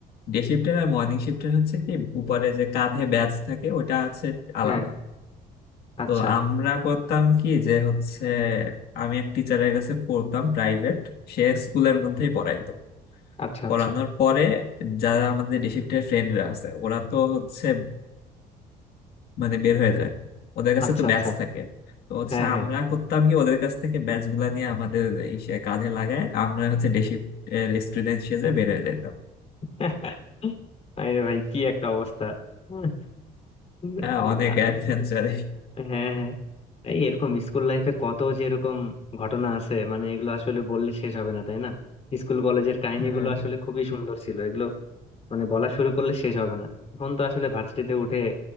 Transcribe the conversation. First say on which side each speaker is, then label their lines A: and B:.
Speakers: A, on the left; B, on the left.
A: ডে শিফটের আর মর্নিং শিফটের হচ্ছে কি উপরে যে কাঁধে ব্যাচ থাকে ওটা হচ্ছে আলাদা
B: হ্যাঁ আচ্ছা
A: তো আমরা করতাম কি যে হচ্ছে আমি এক টিচারের কাছে পড়তাম প্রাইভেট সে স্কুলের মধ্যেই পড়াইতো
B: আচ্ছা
A: পড়ানোর
B: আচ্ছা
A: পরে যারা আমাদের ডে শিফটের ফ্রেন্ডরা আছে ওরা তো হচ্ছে মানে বের হয়ে যায় ওদের কাছে
B: আচ্ছা
A: তো
B: আচ্ছা
A: ব্যাচ থাকে তো হচ্ছে
B: হ্যাঁ হ্যাঁ
A: আমরা করতাম কি ওদের কাছ থেকে ব্যাচ গুলা নিয়ে আমাদের এই সে কাঁধে লাগায় আমরা হচ্ছে ডে শিফটের স্টুডেন্ট সেজে বের হয়ে যেতাম
B: <laughs> আরে ভাই কি একটা অবস্থা <laughs>
A: হ্যাঁ
B: আল্লাহ
A: অনেক অ্যাডভেঞ্চার
B: হ্যাঁ হ্যাঁ এই এরকম স্কুল লাইফে কত যে এরকম ঘটনা আছে মানে এগুলো আসলে বললে শেষ হবে না তাই না স্কুল কলেজের কাহিনীগুলো
A: হ্যাঁ
B: আসলে খুবই সুন্দর ছিল এগুলো মানে বলা শুরু করলে শেষ হবে না এখন তো আসলে ভার্সিটিতে উঠে